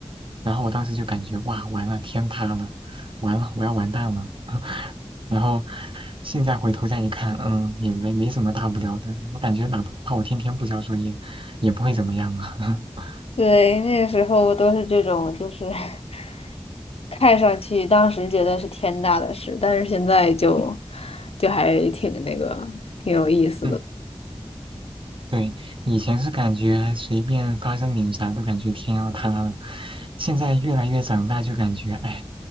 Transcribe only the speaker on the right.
然后我当时就感觉哇完了天塌了，完了我要完蛋了，<laughs> 然后现在回头再一看，嗯，也没没什么大不了的。我感觉哪怕我天天不交作业，也不会怎么样啊。<laughs>
嗯，对，以前是感觉随便发生点啥都感觉天要塌了，现在越来越长大就感觉，哎，